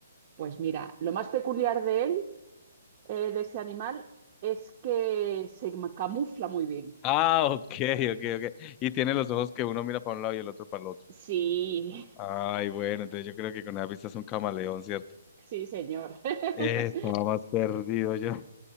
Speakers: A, on the right (about 35°); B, on the left (about 25°).
A: Pues mira, lo más peculiar de él, eh, de ese animal, es que se ma- camufla muy bien.
B: Ah, ok, ok, ok. Y tiene los ojos que uno mira para un lado y el otro para el otro.
A: Sí,
B: Ay, bueno, entonces yo creo que con esa pista es un camaleón, ¿cierto?
A: sí, señor. <laughs>
B: Eh, Estaba más perdido yo. <laughs>